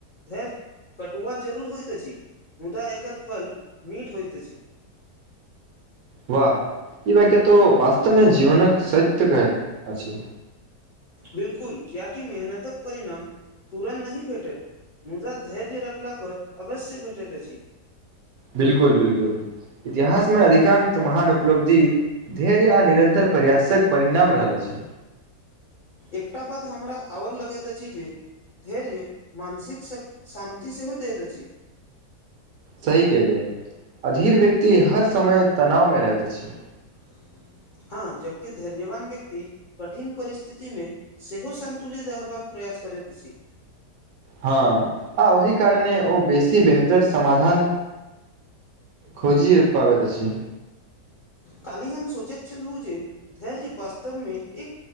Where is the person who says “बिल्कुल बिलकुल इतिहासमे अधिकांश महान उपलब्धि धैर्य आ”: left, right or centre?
Right